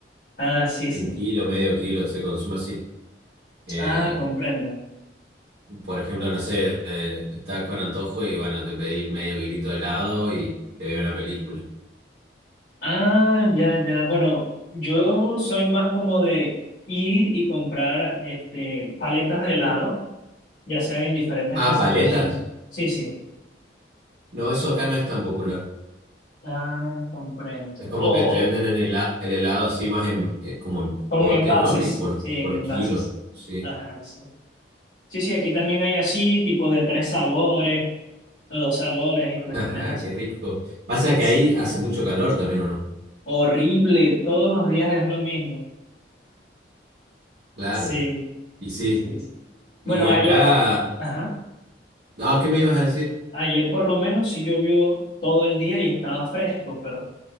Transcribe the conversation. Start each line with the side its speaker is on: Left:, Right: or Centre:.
Left: ah, sí, sí.
Right: Un kilo, medio kilo, se consume así. Eh,
Left: Ah, comprendo.
Right: por ejemplo, no sé, eh, estás con antojo y bueno, te pedís medio kilito de helado y te veo una película.
Left: Ah, ya, ya. Bueno, yo soy más como de ir y comprar este, paletas de helado, ya sean en diferentes
Right: Ah,
Left: presentaciones.
Right: paletas.
Left: Sí, sí.
Right: No, eso acá no es tan popular.
Left: Ah, comprendo.
Right: Es como
Left: O,
Right: que te venden
Left: o
Right: en el, el helado así más en, eh, como en
Left: como
Right: pote,
Left: en envases.
Right: ¿no? Y por,
Left: Sí, en
Right: por
Left: envases.
Right: kilo. sí.
Left: Ajá, sí. Sí, sí, aquí también hay así, tipos de tres sabores, o dos sabores y cuestiones
Right: <laughs> Ajá,
Left: así.
Right: Qué rico. Pasa
Left: Es
Right: que ahí hace mucho calor también, ¿o no?
Left: horrible, todos los días es lo mismo.
Right: Claro,
Left: Sí,
Right: y sí.
Left: sí. sí.
Right: Y
Left: Bueno,
Right: acá,
Left: ayer. Ajá.
Right: no, ¿qué me ibas a decir?
Left: Ayer por lo menos sí llovió todo el día y estaba fresco, pero